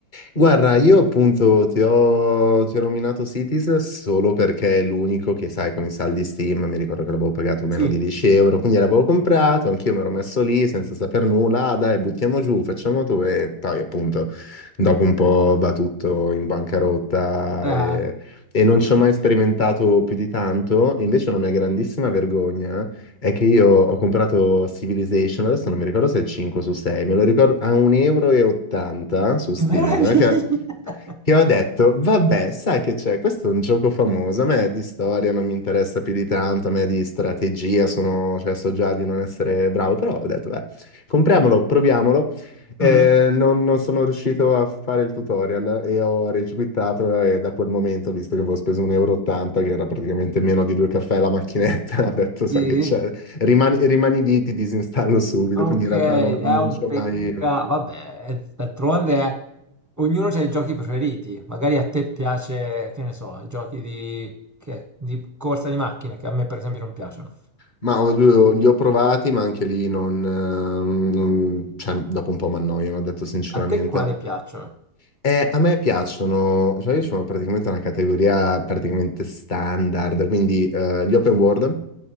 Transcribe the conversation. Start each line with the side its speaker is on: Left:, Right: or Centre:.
Left: Guarda, io appunto ti ho, ti ho nominato Cities solo perché è l'unico che, sai, con i saldi Steam, mi ricordo che l'avevo pagato meno
Right: Sì.
Left: di 10 euro, quindi l'avevo comprato, anch'io mi ero messo lì senza saper nulla, ah, dai, buttiamo giù, facciamo tu e poi appunto dopo un po' va tutto in bancarotta
Right: Ah,
Left: e, e non ci ho
Right: capisco.
Left: mai sperimentato più di tanto, invece è una mia grandissima vergogna È che io ho comprato Civilization, adesso non mi ricordo se è 5 su 6, me lo ricordo a 1,80 euro e ottanta su Steam,
Right: Che meraviglia!
Left: che, che ho detto, vabbè, sai che c'è, questo è un gioco famoso, a me di storia non mi interessa più di tanto, a me di strategia sono, cioè, so già di non essere bravo, però ho detto, beh, compriamolo, proviamolo. Eh,
Right: Mhm.
Left: non, non sono riuscito a fare il tutorial e ho regiquittato e da quel momento, visto che avevo speso 1,80 euro, e ottanta, che era praticamente meno di due caffè la macchinetta, <laughs> ho detto,
Right: Sì.
Left: sai che c'è, Rimani, rimani lì, ti disinstallo subito,
Right: Ok,
Left: quindi in realtà
Right: è
Left: no- non
Right: un
Left: ci ho
Right: peccato.
Left: mai...
Right: Vabbè, eh, d'altronde è- ognuno ha i giochi preferiti. Magari a te piace, che ne so, i giochi di, che- di corsa di macchine, che a me per esempio non piacciono.
Left: Ma ho- li ho provati, ma anche lì non, ehm, non- cioè, dopo un po' mi annoiano, ho detto sinceramente.
Right: A te quale piacciono?
Left: Eh, a me piacciono, cioè io sono praticamente una categoria praticamente standard, quindi eh, gli open world,